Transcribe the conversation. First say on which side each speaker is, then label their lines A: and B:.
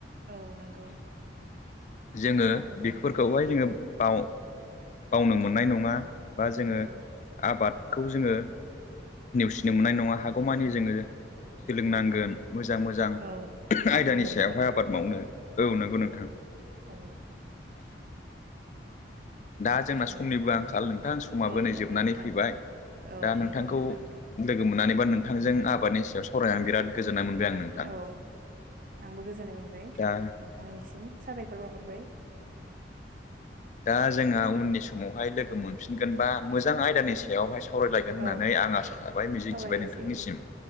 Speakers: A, on the right; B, on the left.
A: औ नंगौ
B: जोङो
A: दाथ' जोंनाव
B: बेफोरखौहाय जोङो बाव बावनो मोननाय नङा बा जोङो
A: औ
B: आबादखौ जोङो नेवसिनो मोननाय नङा हागौमानि जोङो सोलोंनांगोन मोजां मोजां
A: औ मावनांगोन
B: आयदानि सायावहाय
A: आरो
B: आबाद मावनो औ नंगौ नोंथां
A: औ
B: दा जोंना समनिबो
A: दे
B: आंखाल नोंथां समाबो
A: औ
B: नै
A: नंगौ
B: जोबनानै
A: नोंथां
B: फैबाय
A: औ
B: दा
A: नंगौ
B: नोंथांखौ
A: नोंथां
B: लोगो मोन्नानै बा नोंथांजों आबादनि सो सावरायनानै बिराद गोजोननाय मोनबाय आं नोंथां
A: औ आंबो गोजोननाय मोनबाय
B: दा
A: नोंथांनिसिम साबायखर बाहरबाय
B: दा जोंहा उननिस समावहाय लोगो मोनफिनगोन बा मोजां आयदानि सायावहाय सावरायलायगोन होन्नानै
A: औ
B: आं आसा थाबाय मिजिंथिबाय
A: सावरायलायसै
B: नोंथांनिसिम